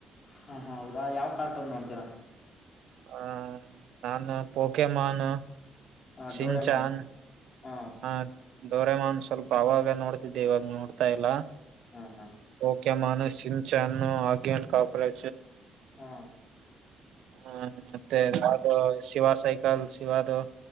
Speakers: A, on the left (about 45°); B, on the right (about 75°).
A: ಹಾ ಹಾ ಹೌದ ಯಾವ ಕಾರ್ಟೂನ್ ನೋಡ್ತೀರಾ
B: ಹ ನಾನು ಪಕೆಮಾನ
A: ಹ
B: ಸಿಂಚನ್
A: ಡೋರೆಮಾನ್ ಹಾ
B: ಹ ಡೋರೆಮನ್ ಸ್ವಲ್ಪ ಅವಾಗ ನೋಡ್ತಿದ್ದೆ ಇವಾಗ ನೋಡ್ತಾ ಇಲ್ಲ
A: ಹಾ ಹಾ
B: ಓಕೆ ಮಾನ್ ಸಿನ್ ಚನ್ನು ಆ ಕಾಪರೇ
A: ಹಾ
B: ಹೂ ಮತ್ತೆ ಅದು ಶಿವ ಸೈಕಲ್ ಶಿವದು